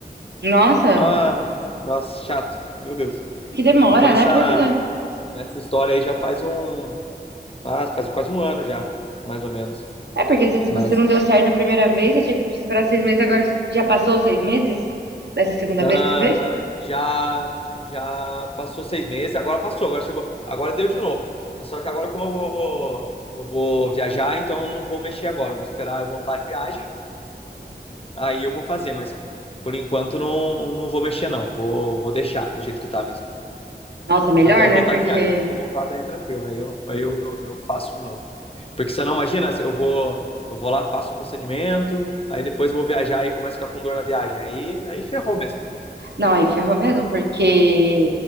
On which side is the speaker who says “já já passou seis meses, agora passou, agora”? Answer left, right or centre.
Left